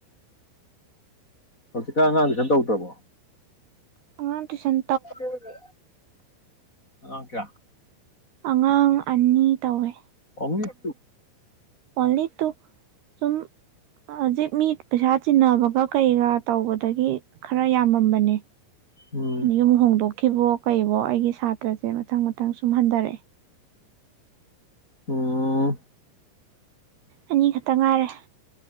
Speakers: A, on the left; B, on the right.
A: ꯍꯧꯖꯤꯛꯀꯥ ꯑꯉꯥꯡꯗꯤ ꯁꯝ ꯇꯧꯗ꯭ꯔꯕꯣ
B: ꯑꯉꯥꯡ ꯇꯨꯏꯁꯣꯜ
A: ꯑꯗꯨꯕꯨꯗꯤ ꯑꯉꯥꯡ ꯀꯌꯥ
B: ꯑꯉꯥꯡ ꯑꯅꯤ ꯇꯧꯋꯦ
A: ꯑꯍꯨꯝꯂꯛ ꯇꯨ
B: ꯑꯣꯜꯂꯤ ꯇꯨ ꯁꯨꯝ ꯍꯧꯖꯤꯛ ꯃꯤ ꯄꯩꯁꯥ ꯆꯤꯟꯅꯕꯒ ꯀꯩꯒ ꯇꯧꯕꯗꯒꯤ ꯈꯔ ꯌꯥꯝꯃꯝꯕꯅꯦ
A: ꯎꯝ
B: ꯌꯨꯝ ꯍꯣꯡꯗꯣꯛꯈꯤꯕꯣ ꯀꯩꯕꯣ ꯑꯩꯒꯤ ꯁꯥꯇ꯭ꯔꯁꯦ ꯃꯊꯪ ꯃꯊꯪ ꯁꯨꯝꯍꯟꯊꯔꯛꯑꯦ
A: ꯑꯣ
B: ꯑꯅꯤꯈꯠꯇ ꯉꯥꯏꯔꯦ